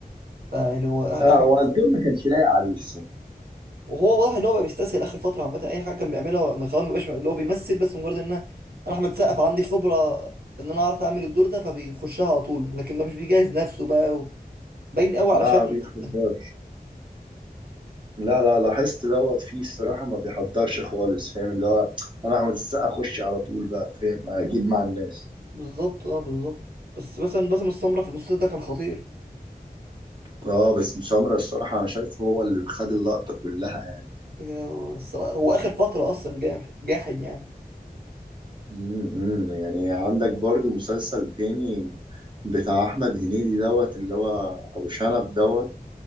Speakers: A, on the right; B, on the right.
A: يعني هو ده
B: لا
A: احمد
B: هو الدور ما كانش لايق عليه الصراحه
A: وهو واضح ان هو بقى بيستسهل اخر فتره عامه اي حاجه كان بيعملها ما خلاص ما بقاش اللي هو بيمثل بس مجرد ان انا أنا احمد سقف عندي خبره ان انا اعرف اعمل الدور ده فبيخشها على طول لكن ما مش بيجهز نفسه بقى و- باين قوي
B: لا
A: على شكله
B: ما بيحضرش
A: حتى
B: لا
A: آه،
B: لا لاحظت دوت فيه الصراحه ما بيحضرش خالص فاهم اللي هو انا احمد السقا اخش على طول بقى فاهم اجيب مع الناس
A: بالظبط اه بالظبط بس مثلا باسم السمره في المسلسل ده كان خطير
B: اه بس مسامرة الصراحة أنا شايفه هو اللي خد اللقطة كلها يعني
A: يا الصراحة، هو اخر فتره اصلا جاح- جاحد يعني
B: امم يعني عندك برضو مسلسل تاني بتاع أحمد هنيدي دوت اللي هو أبو شنب دوت